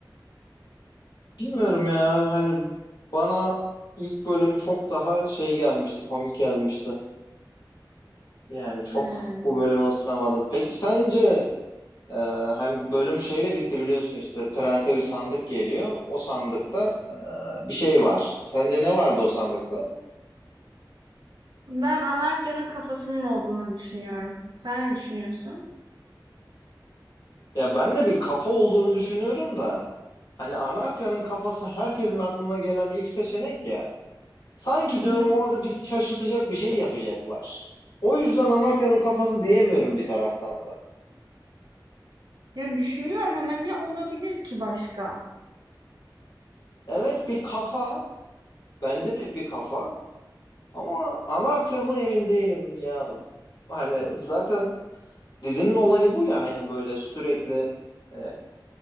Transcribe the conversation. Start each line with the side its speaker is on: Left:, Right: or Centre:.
Left: Bilmiyorum ya hani bana ilk bölüm çok daha şey gelmişti, komik gelmişti. Yani çok
Right: Hmm.
Left: bu bölüme ısınamadım. Peki sence e, hani bölüm şeyle bitti biliyorsun işte prense bir sandık geliyor. O sandıkta e, bir şey var. Sence ne vardı o sandıkta?
Right: Ben Anarkya'nın kafasının olduğunu düşünüyorum. Sen ne düşünüyorsun?
Left: Ya ben de bir kafa olduğunu düşünüyorum da. Hani Anarka'nın kafası herkesin aklına gelen ilk seçenek ya. Sanki
Right: Hı hı.
Left: diyorum orada bizi şaşırtacak bir şey yapacaklar. O yüzden Anarka'nın kafası diyemiyorum bir taraftan da.
Right: Ya düşünüyorum ama ne olabilir ki başka?
Left: Evet bir kafa, bence de bir kafa ama Anarka mı emin değilim ya. Hani zaten dizinin olayı bu ya hani böyle sürekli e,